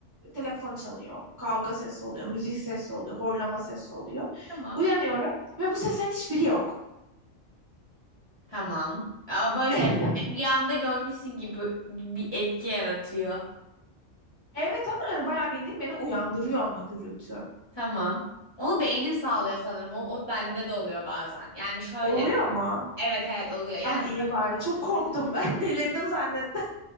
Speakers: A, on the right (about 20°); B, on the left (about 25°).
A: telefon çalıyor, kavga sesi oluyor, müzik sesi oluyor, horlama sesi oluyor.
B: Tamam.
A: Uyanıyorum ve bu seslerin hiçbiri yok.
B: Tamam. Ama böyle
A: <laughs>
B: şeyler rüyanda görmüşsün gibi bir etki yaratıyor.
A: Evet ama hani bayağı bildiğin beni uyandırıyor ama gürültü.
B: Tamam. Onu beynin sağlıyor sanırım. O, o bende de oluyor bazen. Yani şöyle.
A: Oluyor mu?
B: Evet evet oluyor. Yani
A: Ah
B: şöyle
A: iyi bari.
B: oluyor
A: Çok korktum
B: mesela.
A: ben. <laughs> Delirdim zannettim.